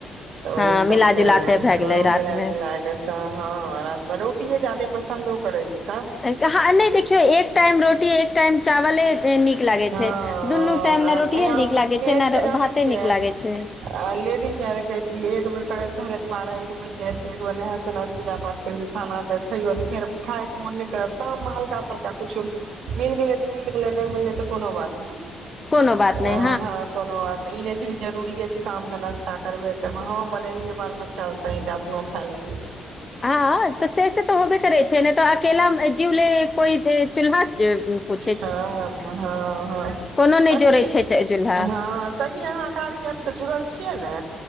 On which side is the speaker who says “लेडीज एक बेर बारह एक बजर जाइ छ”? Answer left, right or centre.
Right